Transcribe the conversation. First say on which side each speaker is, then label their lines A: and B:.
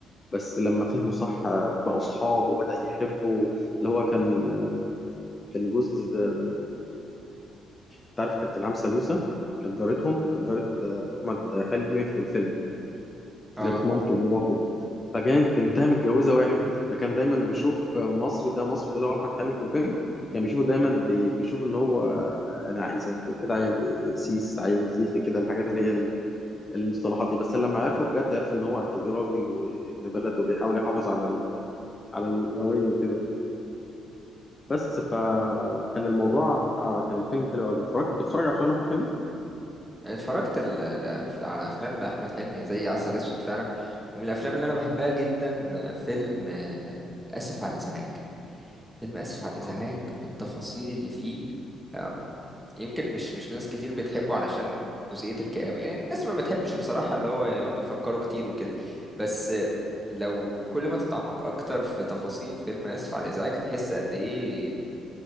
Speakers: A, on the left; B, in the centre.
A: بس لما فهمه صح آه، بقوا أصحاب وبدأ يحبه اللي هو كان آه، كان جوز آه، أنت عارف كانت إنعام سالوسة كانت جارتهم كانت جارة آه، أحمد حلمي في الفيلم
B: آه
A: جارة مامته وباباه فكانت بنتها متجوزة واحد ده كان دايما بيشوف مصري ده مصري ده اللي هو أحمد حلمي في الفيلم كان بيشوفه دايما بي- بيشوف إن هو أنا عاي- زي ما تقول كده عيل سيس عيل خيخة كده الحاجات اللي هي ال- المصطلحات دي بس لما عرفه بجد عرف إن هو قد إيه راجل وابن بلد وبيحاول يحافظ على ال- على الهوية وكده بس فكان الموضوع كان الفيلم حلو قوي اتفرجت بتتفرج على فيلم أحمد حلمي؟
B: اتفرجت ال- ال- على أفلام لأحمد حلمي زي عسل أسود فعلا ومن الأفلام اللي أنا بحبها جدا فيلم آه، آسف على الإزعاج فيلم آسف على الإزعاج
A: اه
B: بالتفاصيل اللي فيه أم، يمكن مش مش ناس كتير بتحبه علشان جزئية الكآبة يعني الناس ما بتحبش بصراحة اللي هو يقعدوا يفكروا كتير وكده بس لو كل ما تتعمق أكتر في تفاصيل فيلم آسف على الإزعاج تحس قد إيه